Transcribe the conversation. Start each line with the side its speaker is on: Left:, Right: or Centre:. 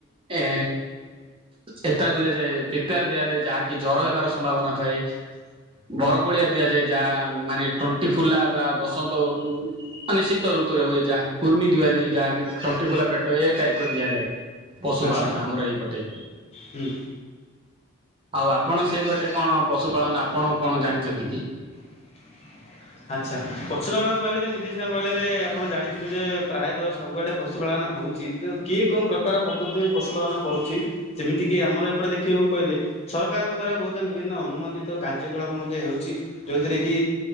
Right: ଏ ଏତା ଦୁଆଯାଏ, ପିପ୍ରେୟାର ଦିଆଯାଏ, ଯାହାକି ଜର ହେବାର ସମ୍ଭାବନା ଥାଏ। ବରକୋଳିଆ ଦିଆଯାଏ ଯାହା ମାନେ ତଣ୍ଟି ଫୁଲା ବା ବସନ୍ତ ମାନେ ଶୀତରୁ ଋତୁରେ ହୁଏ । ଯାହା କୁର୍ମି ଦୁଆ ନାହିଁ ଯାହାକି ଟଣ୍ଟି ଫୁଲା ପେଟ ଏ ଟାଇପ୍ ର ଦିଆଯାଏ। ପଶୁ
Left: ଆଚ୍ଛା
Right: ପାଳନ ଆମର ଏଇପଟେ
Left: ହୁଁ।
Right: ଆଉ ଆପଣ ସେଇ ଗୋଟେ କ'ଣ ପଶୁପାଳନା ଆପଣ କ'ଣ ଜାଣିଛନ୍ତି କି?
Left: ହ <inaudible> ଆଚ୍ଛା ପଶୁପାଳନ କହିଲେରେ <unintelligible> ଆପଣ ଜାଣିଥିବେ ଯେ ପ୍ରାୟତଃ ସବୁଆଡେ ପଶୁପାଳନ ହଉଛି । କିଏ କୋଉ ପ୍ରକାର ପଦ୍ଧତିରେ ପଶୁପାଳନ କରୁଛି ଯେମିତି କିି ଆମର ଏପଟେ ଦେଖିବାକୁ କହିଲେ ସରକାରଙ୍କ ଦ୍ଵାରା ବହୁତ ବିଭିନ୍ନ ଅନୁମୋଦିତ କାର୍ଯ୍ୟକଳାପ ମଧ୍ୟ ହେଉଛି ଯୋଉଥିରେ କି